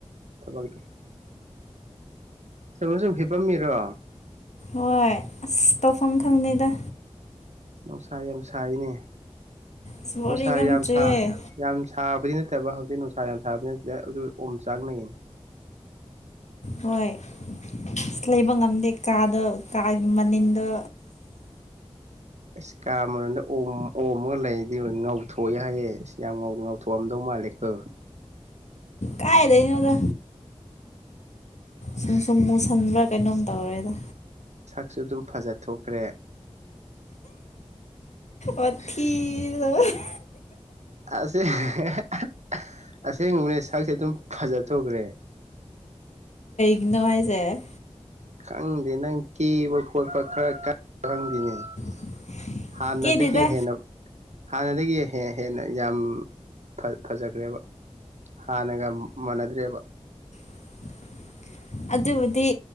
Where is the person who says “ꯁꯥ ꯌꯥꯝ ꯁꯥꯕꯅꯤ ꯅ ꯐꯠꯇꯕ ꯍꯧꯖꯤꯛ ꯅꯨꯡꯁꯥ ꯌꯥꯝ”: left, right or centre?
Right